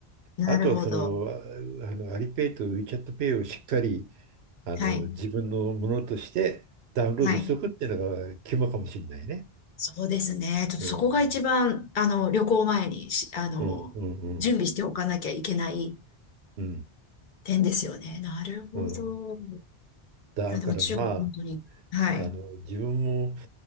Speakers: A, on the left (about 55°); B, on the right (about 80°).
A: なるほど。
B: あとはその、ああのアリペイとウィチャットペイをしっかりあの自分のものとしてダウンロードしておくっていうのが肝かもしれないね。
A: はい。はい。そうですね。ちょっとそこが一番、
B: うん、
A: あの、旅行前にし、あの、
B: うん、うん、うん、
A: 準備しておかなきゃいけない
B: うん。
A: 点ですよね。なるほど。
B: うんだからまあ、
A: あ、でも中国、本当に。はい。
B: あの自分も